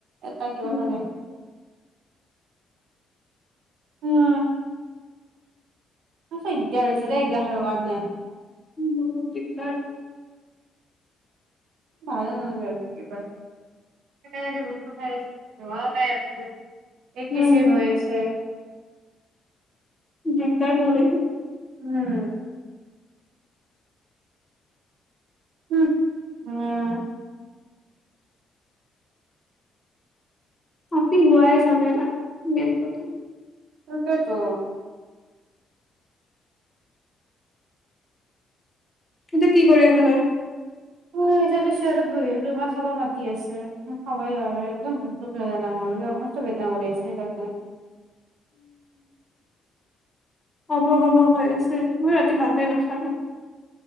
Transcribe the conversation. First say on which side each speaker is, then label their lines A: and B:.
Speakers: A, on the right; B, on the left.
A: এটা কিবা
B: উম
A: খালে উম কৈছো দিগদাৰ হৈছে দেই এই গাহৰ কাৰণে।
B: মোৰো দিগদাৰ
A: ভালে নলগা হৈছে কিবা। এতিয়ালৈকে বস্তু চাই আছোঁ। লোৱাও নাই একো। একেই,
B: উম
A: চেম হৈ আছে।
B: দিগদাৰ কৰে বহুত।
A: উম। উম উম।
B: আপি হোৱাই ঝামেলা। মেইন কথা।
A: তাকেইতো।
B: কিন্ত কি কৰি আছ তই?
A: অ এতিয়াতো চেয়াৰত বহি আছো। ভাত খাবা মাতি আছে। ভাত খাবাই আৰু একদম ভোক লগা নাই মোৰ। অসুস্থ বেদনা কৰি আছে, সেইকাৰণে।
B: হ'ব, হ'ব হৈ আছে। মই ৰাতি ভাতে নাখালোঁ।